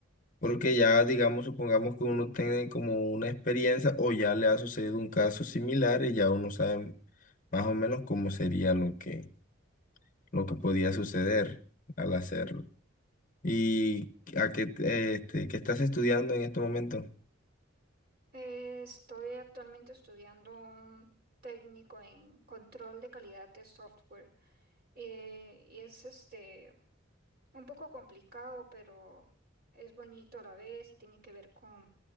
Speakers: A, on the left (about 40°); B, on the right (about 50°).
A: Porque ya, digamos, supongamos que uno tiene como una experiencia o ya le ha sucedido un caso similar y ya uno sabe más o menos cómo sería lo que, lo que podía suceder al hacerlo. ¿Y a qué, te- este, qué estás estudiando en este momento?
B: Eh, Estoy actualmente estudiando un técnico en control de calidad de software eh, y es este un poco complicado, pero es bonito a la vez y tiene que ver con